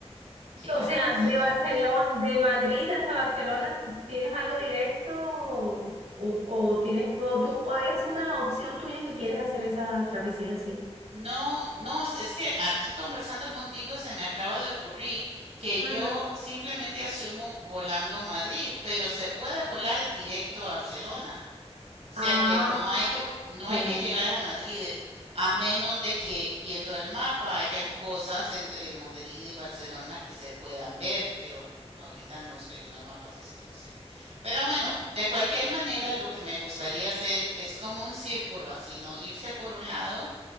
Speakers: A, on the right; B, on the right.
A: que también
B: O sea,
A: sería
B: de Barcelona,
A: bueno.
B: de Madrid hasta Barcelona, ¿tienes algo directo o, o- o tienes o tú o es una opción tuya que quieres hacer esa travesía así?
A: No, no, es es que aquí conversando contigo se me acaba de ocurrir que yo
B: Ujú.
A: simplemente asumo volando a Madrid, pero se puede volar directo a Barcelona. O sea
B: Ah,
A: que no hay que, no
B: ok.
A: hay que llegar a Madrid, eh, a menos de que viendo el mapa hayan cosas entre Madrid y Barcelona que se puedan ver, pero ahorita no estoy viendo el mapa, así es que no sé. Pero bueno, de cualquier manera, lo que me gustaría hacer es como un círculo así, ¿no? Irse por un lado